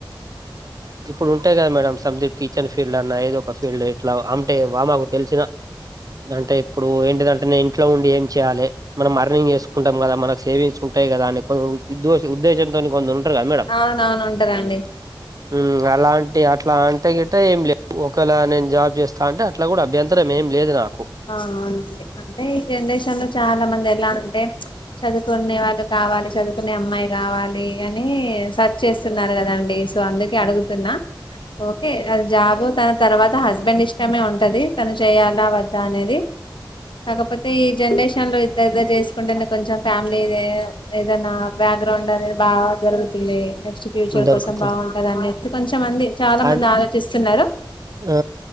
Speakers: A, on the right; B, on the left.
A: ఇప్పుడు ఉంటాయి కదా మేడం సమ్థింగ్ టీచర్ ఫీల్డ్ అన్నా ఏదో ఒక ఫీల్డ్ ఎట్లా అంటే ఆమెకు తెలిసినా అంటే ఇప్పుడు ఏంటి దాంటే నేను ఇంట్లో ఉండి ఏం చేయాలి మనం అర్నింగ్ చేసుకుంటాం కదా మన సేవింగ్స్ ఉంటాయి కదా అని కొం ఉద్దేశంతో ఉద్దేశంతో నీ కొందరు ఉంటారు కదా మేడం
B: అవునవును ఉంటరండి
A: ఉమ్ అలాంటి అట్లా అంటే గిట ఏం లేవు ఒకేలా నేను జాబ్ చేస్తా అంటే అట్లా కూడా అభ్యంతరమేం ఏం లేదు నాకు.
B: అవునండి అంటే ఈ జనరేషన్లో చాలా మంది ఎలా అంటే. చదువుకునే వాళ్ళు కావాలి చదువుకునే అమ్మాయి కావాలి అని సర్చ్ చేస్తున్నారు కదా. సో అందుకే అడుగుతున్నా ఓకే ఆహ్ జాబ్ తన తర్వాత హస్బండ్ ఇష్. ఇష్టమే ఉంటది తను చేయాలా వద్దా అనేది కాకపోతే. ఈ జనరేషన్ లో ఇద్దరు ఇద్దరు చేసుకుంటేనే కొంచెం ఫ్యామిలీ ఏదైనా ఏదన్నా. బ్యాక్గ్రౌండ్ అనేది బాగా జరుగుతుంది. ఫ్యూచర్
A: దొరుకుతు
B: కోసం బాగుంటంది అనేసి కొంచమంది చాలా
A: అది
B: మంది ఆలోచిస్తున్నారు.
A: ఆ